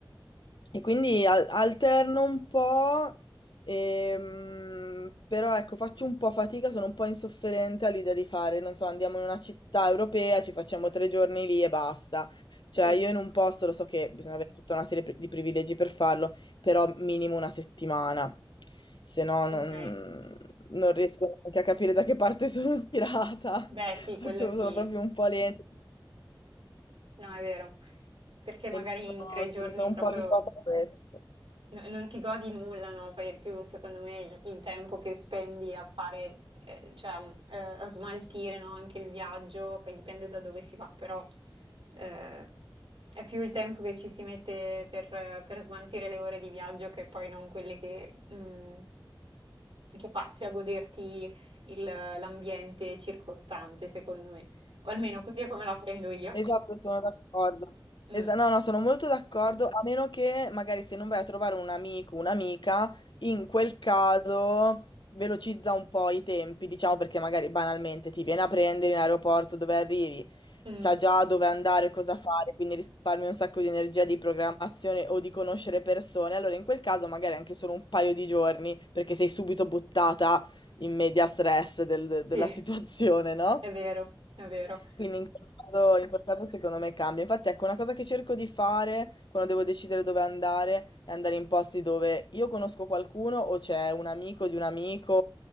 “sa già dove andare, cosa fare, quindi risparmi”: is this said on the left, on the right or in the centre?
Left